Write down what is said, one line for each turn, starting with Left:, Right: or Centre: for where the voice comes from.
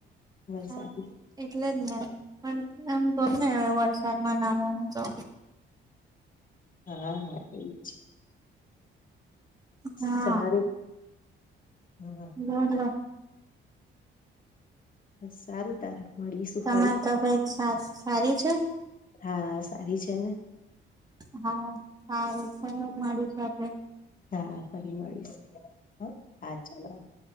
Left: વરસાદી.
Right: હા એટલે જ ને પણ આમ ગમે વરસાદમાં નાવાનું તો.
Left: હા એવુ જ છે.
Right: હા
Left: સારું હમ્મ.
Right: ના ના
Left: બસ સારું તારે. મળીશું
Right: તમારી
Left: ફરી
Right: તબિયત સા સારી છે?
Left: હા સારી છે ને.
Right: હા સારી છે ને મળીશું આપડે.
Left: હા ફરી મળીશ હા ચલો.